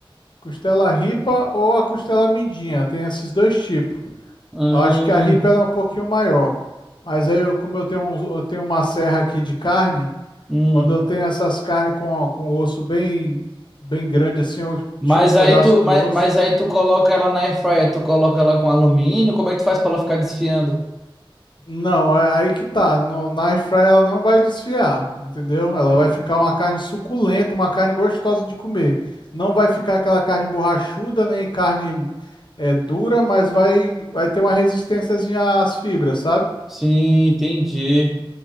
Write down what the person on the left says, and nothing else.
costela ripa ou a costela mindinha. Tem esses dois tipos.
Eu acho que a ripa ela é um pouquinho maior. Mas aí, eu, como eu tenho, um- eu tenho uma serra aqui de carne,
quando eu tenho essas carnes com, com osso bem, bem grande assim, eu
tiro um pedaço
do
osso
Não, é aí que tá. No, na air fry ela não vai desfiar, entendeu? Ela vai ficar uma carne suculenta, uma carne gostosa de comer. Não vai ficar aquela carne borrachuda, nem carne é, dura, mas vai, vai ter uma resistênciazinha às fibras, sabe?